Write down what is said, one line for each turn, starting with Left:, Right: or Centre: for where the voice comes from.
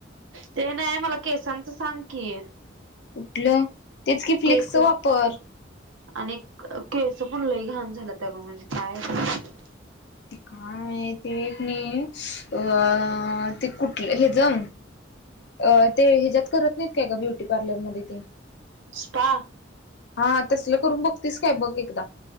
Right: ते नाही मला केसांचं सांग की
Left: कुठलं तेच कि फ्लिकसचा
Right: केस
Left: वापर
Right: आणि केस पण लई घाण झालत अगं माझे म्हणजे काय
Left: ते काय ते एक नही अ ते कुठलं हे ज अ ते ह्याच्या्यात करत नाहीत काय ग ब्युटी पार्लरमध्येध्ये ते
Right: स्पा
Left: हा तसलं करून बघतीस काय बघ एकदा